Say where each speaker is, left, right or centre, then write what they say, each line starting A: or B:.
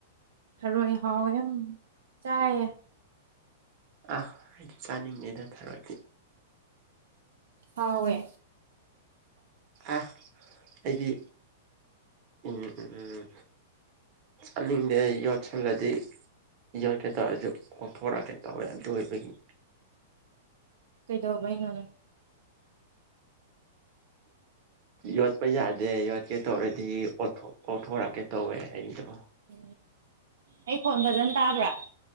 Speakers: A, on the right; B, on the right.
A: ꯊꯔꯣꯏ ꯍꯥꯎ ꯆꯥꯏꯌꯦ
B: ꯑ ꯍꯥꯏꯦ ꯆꯅꯤꯡꯦ ꯑꯗꯨ ꯊꯥꯔꯛꯀꯤ
A: ꯍꯥꯑꯣꯋꯦ
B: ꯑ ꯑꯩꯗꯤ ꯎꯝ ꯎꯝꯝ ꯆꯠꯅꯤꯡꯗꯦ ꯌꯣꯠꯁꯜꯂꯗꯤ ꯌꯣꯠꯀꯦ ꯇꯧꯔꯁꯨ ꯑꯣꯊꯣꯔꯛꯀꯦ ꯇꯧꯋꯦ ꯑꯗꯨ ꯑꯣꯏꯕꯒꯤ
A: ꯀꯩꯗꯧꯕ ꯑꯩꯅꯣꯅ
B: ꯌꯣꯠ ꯆꯠꯄ ꯌꯥꯗꯦ ꯌꯣꯠꯀꯦ ꯇꯧꯔꯗꯤ ꯑꯣꯊꯣꯔꯛꯀꯦ ꯇꯧꯋꯦ ꯑꯩꯗꯣ
A: ꯎ ꯑꯩ ꯐꯣꯟ ꯐꯖꯅ ꯇꯥꯕ꯭ꯔꯥ